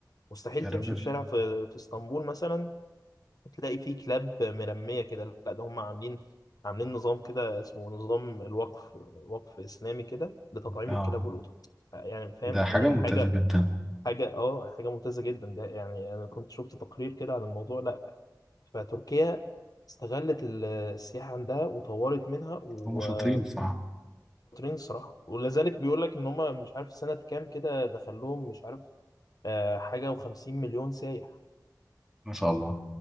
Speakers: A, on the left; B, in the centre.
A: مستحيل
B: يا
A: تمشي
B: راجل
A: في شارع في, في اسطنبول مثلا وتلاقي فيه كلاب مرمية كده لا ده هم عاملين عاملين نظام كده اسمه نظام الوقف وقف إسلامي كده لتطعيم
B: اه
A: الكلاب والقطط يعني فاهم
B: ده حاجة
A: يعني
B: ممتازة
A: حاجة
B: جدا
A: حاجة اه حاجة ممتازة جدا ده يعني أنا كنت شفت تقرير كده عن الموضوع لا فتركيا استغلت ال- السياحة عندها وطورت منها وشاطرين
B: هم شاطرين بصراحة
A: الصراحة ولا ذلك بيقول لك ان هم مش عارف سنة كام كده دخلهم مش عارف آه، حاجة و50 مليون سايح
B: ما شاء الله